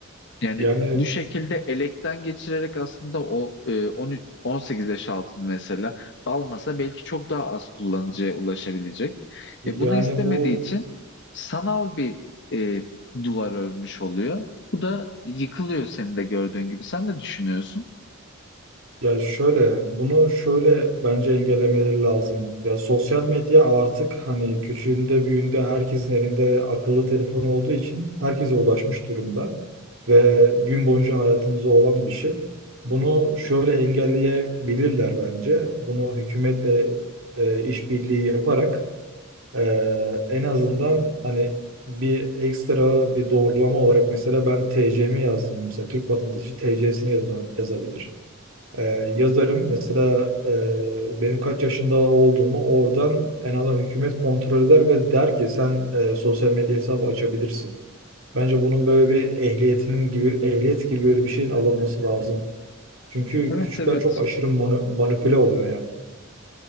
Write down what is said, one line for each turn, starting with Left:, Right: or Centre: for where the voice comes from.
Left: Yani
Right: Yani
Left: bu şekilde elekten geçirerek aslında o e, 13 18 yaş altını mesela almasa belki çok daha az kullanıcıya ulaşabilecek.
Right: yani
Left: E, bunu istemediği
Right: bu
Left: için sanal bir e, duvar örmüş oluyor. Bu da yıkılıyor senin de gördüğün gibi. Sen ne düşünüyorsun?
Right: Ya şöyle bunu şöyle bence engellemeleri lazım. Ya sosyal medya artık hani küçüğünde büyüğünde herkesin elinde akıllı telefon olduğu için herkese ulaşmış durumda ve gün boyunca hayatımızda olan bir şey. Bunu şöyle engelleyebilirler bence. Bunu hükümetle e, işbirliği yaparak e, en azından hani bir ekstra bir doğrulama olarak mesela ben TC'mi yazdım mesela Türk vatandaşı TC'sini yazabilir ee, yazarım. Mesela e, benim kaç yaşında olduğumu oradan en azından hükümet kontrol eder ve der ki sen e, sosyal medya hesabı açabilirsin. Bence bunun böyle bir ehliyetinin gibi ehliyet gibi böyle bir şeyin alınması lazım. Çünkü
Left: Evet
Right: küçükler
Left: evet.
Right: çok aşırı manı- manipüle oluyor yani.